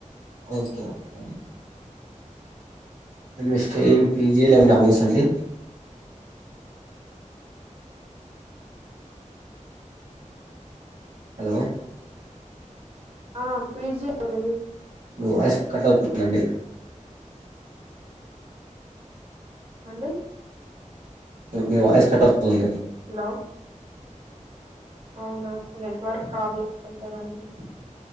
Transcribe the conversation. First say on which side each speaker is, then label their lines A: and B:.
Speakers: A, on the right (about 80°); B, on the right (about 50°).
A: ఓకే ఓకే అంటే మీరు స్టేయింగ్ పీజి యా లేకుంటే హౌసా అండి హలో
B: ఆ పిజి అండి
A: మీ వాయిస్ కట్ అవుతుందండి
B: అండి
A: మీ వాయిస్ కట్ వుతుంది
B: హలో అవునా నెట్వర్క్ ప్రాబ్లం ఉంటది అంటి